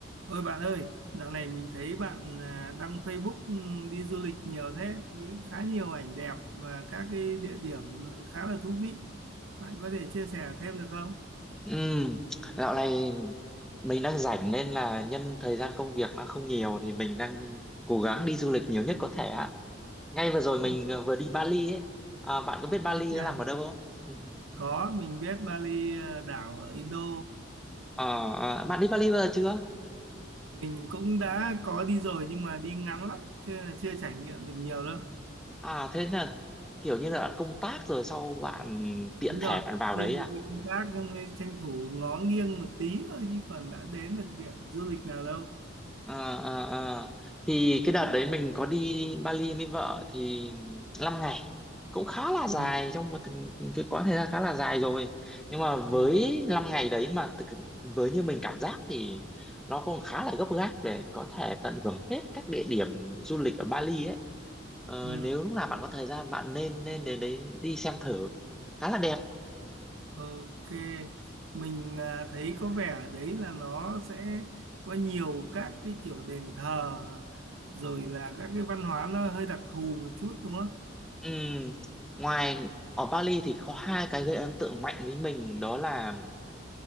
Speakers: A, on the right; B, in the centre.
A: Ôi bạn ơi, dạo này mình thấy bạn à, đăng Facebook ừm, đi du lịch nhiều thế, thì khá nhiều ảnh đẹp và các cái địa điểm ờ, khá là thú vị. Bạn có thể chia sẻ thêm được không?
B: Ừm, dạo này mình đang rảnh nên là nhân thời gian công việc nó không nhiều thì mình đang cố gắng đi du lịch nhiều nhất có thể ạ. Ngay vừa rồi mình
A: Ừ,
B: ờ, vừa đi Bali ấy. À, bạn có biết Bali
A: Thích nhà.
B: nó nằm ở đâu không? <laughs>
A: Có, mình biết Bali ờ, đảo ở Indo.
B: Ờ, ờ, bạn đi Bali bao giờ chưa?
A: Mình cũng đã có đi rồi nhưng mà đi ngắn lắm, chưa chưa trải nghiệm được nhiều đâu.
B: À thế là kiểu như là bạn công tác rồi sau bạn tiện
A: Đúng
B: thể
A: rồi,
B: bạn vào
A: đi,
B: đấy
A: đi
B: à?
A: công tác xong rồi tranh thủ ngó nghiêng một tí thôi chứ còn đã đến được điểm du lịch nào đâu.
B: à, à, à. thì cái đợt đấy mình có đi Bali với vợ thì 5 ngày cũng khá là
A: Ừ.
B: dài trong một từng- cái quãng thời gian khá là dài rồi nhưng mà
A: Ừ.
B: với 5 ngày đấy mà thực với như mình cảm giác thì nó cũng khá là gấp gáp để có thể tận hưởng hết các địa điểm du lịch ở Bali ấy ờ,
A: Ừ.
B: nếu lúc nào bạn có thời gian bạn nên nên đến đấy đi xem thử khá là đẹp
A: Ok, mình à, thấy có vẻ ở đấy là nó sẽ có nhiều các cái kiểu đền thờ rồi là các cái văn hóa nó hơi đặc thù một chút đúng không?
B: Ừm, ngoài ở Bali thì có hai cái gây ấn tượng mạnh với mình đó là